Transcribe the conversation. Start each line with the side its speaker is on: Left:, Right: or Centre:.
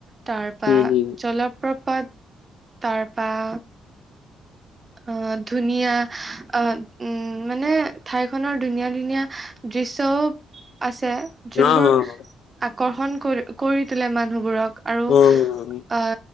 Right: তাৰপৰা
Left: উম, হুম।
Right: জলপ্ৰপাত তাৰপৰা অ ধুনীয়া অ উম মানে ঠাই খনৰ ধুনীয়া ধুনীয়া দৃশ্যও আছে যোনবোৰ
Left: অ', অ',
Right: আকৰ্ষণ কৰি কৰি তোলে মানুহবোৰক আৰু
Left: অ',
Right: অ